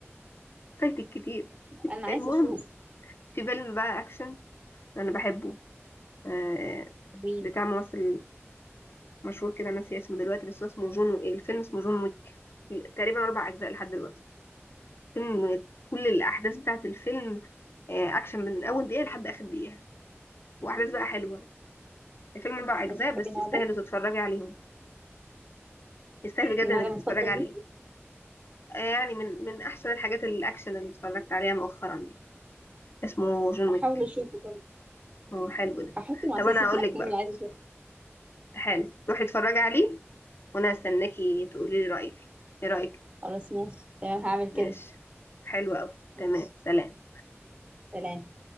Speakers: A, on the left (about 55°); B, on the right (about 30°).
A: فايتك كتير
B: انا عايزه
A: المهم
B: اشوف
A: في فيلم بقى اكشن انا بحبه آه،
B: مين
A: بتاع ممثل مشهور كده انا ناسيه اسمه دلوقتي بس هو اسمه جون الفيلم اسمه جون ويك تقريبا اربع اجزاء لحد دلوقتي فيلم كل الاحداث بتاعه الفيلم آه، اكشن من اول دقيقه لحد اخر دقيقه واحداث بقى حلوه الفيلم اربع اجزاء
B: انت بتحبي
A: بس
B: النوع
A: يستاهلوا
B: ده
A: تتفرجي عليهم يستاهل بجد
B: النوع
A: انك
B: ده مفضل
A: تتفرج عليه
B: ليكي
A: آه، يعني من من احسن الحاجات الاكشن اللي اتفرجت عليها مؤخرا يعني اسمه جون
B: هحاول
A: ويك
B: اشوفه برضه
A: هو حلو ده
B: هحطه مع
A: طب
B: سلسله
A: انا اقول
B: الافلام
A: لك بقى
B: اللي عايزه اشوفها
A: حلو روحي اتفرجي عليه وانا هستناكي تقولي لي رايك ايه رايك
B: خلاص ماشي تمام هعمل
A: ماشي
B: كده
A: حلو أوي
B: ماشي
A: تمام سلام
B: سلام